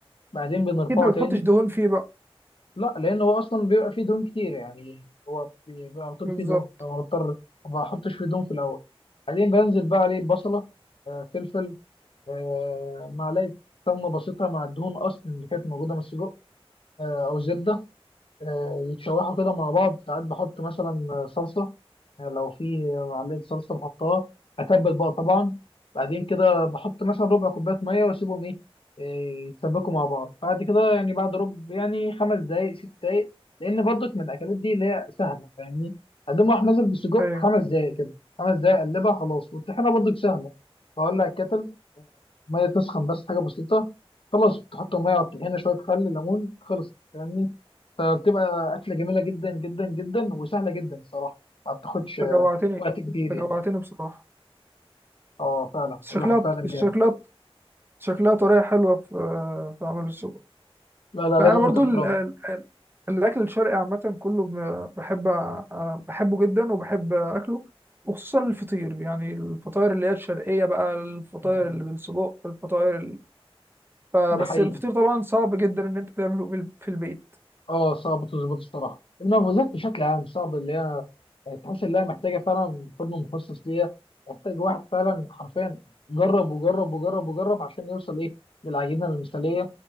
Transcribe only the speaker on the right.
اكيد ما بتحطش
دهون فيه بقى
بالظبط
ايوه
انت جوعتني
انت
جوعتني بصراحه
بس شكلها
شكلها
شكلها طريقه حلوه في آه، في عمل السجق
بقى
انا برضو
ال- ال- ال- الاكل الشرقي عامه كله ب- بحب أ- بحبه جدا وبحب اكله وخصوصا الفطير يعني الفطاير اللي هي الشرقيه بقى الفطاير
اللي بالسجق الفطاير ال... ف- بس
الفطير طبعا صعب جدا ان انت تعمله بال- في البيت